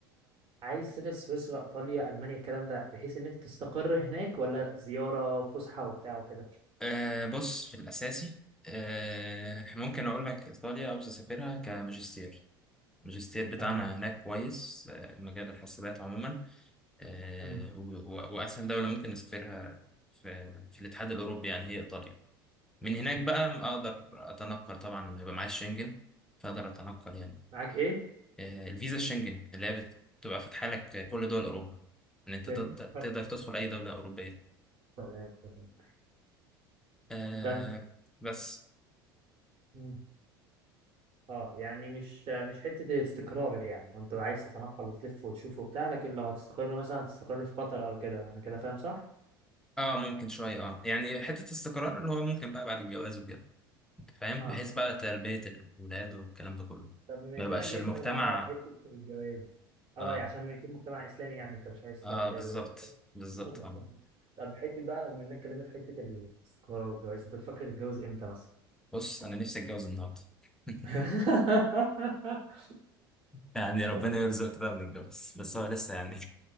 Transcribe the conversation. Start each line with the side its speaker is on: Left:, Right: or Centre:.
Right: عايز تسافر سويسرا ايطاليا المانيا الكلام ده بحيث ان انت تستقر هناك ولا زياره فسحه وبتاع وكده
Centre: آه بص في الاساسي آه ممكن اقول لك ايطاليا عاوز اسافرها كماجستير الماجستير بتاعنا
Right: تمام
Centre: هناك كويس آه، مجال الحاسبات عموما آه،
Right: مم.
Centre: و- و- وأسهل دولة ممكن نسافرها في في الاتحاد الأوروبي يعني هي إيطاليا من هناك
Right: مم.
Centre: بقى أقدر أتنقل طبعا يبقى معايا الشنجن فأقدر أتنقل يعني
Right: معاك ايه
Centre: آه، الفيزا الشنجن اللي هي بت- بتبقى فاتحة لك كل دول أوروبا إن
Right: <laughs>
Centre: أنت تقدر تقدر تدخل أي دولة أوروبية
Right: تمام تمام
Centre: آه،
Right: كمل
Centre: بس
Right: مم. اه يعني مش مش حته استقرار يعني وانت عايز تتنقل وتلف وتشوف وبتاع لكن لو هتستقر مثلا هتستقر في قطر او كده انا كده فاهم صح
Centre: اه ممكن شوية اه يعني حتة استقرار اللي هو ممكن بقى بعد الجواز وكده أنت فاهم
Right: اه
Centre: بحيث بقى تربية الولاد والكلام ده كله
Right: طب بما
Centre: ما
Right: اننا
Centre: يبقاش
Right: جبنا
Centre: المجتمع
Right: بقى حته الجواز اه
Centre: اه
Right: يعني عشان ما يكون مجتمع اسلامي يعني انت مش عايز
Centre: اه
Right: تربي
Centre: بالظبط
Right: ولادك كده.
Centre: بالظبط
Right: هم
Centre: اه
Right: فاهم. طب حته بقى بما اننا اتكلمنا في حته الاستقرار والجواز انت بتفكر تتجوز امتى مثلا؟
Centre: بص انا نفسي اتجوز النهارده <laughs>
Right: <laughs>
Centre: يعني ربنا
Right: طيب.
Centre: يرزق كده ونتجوز بس هو لسه يعني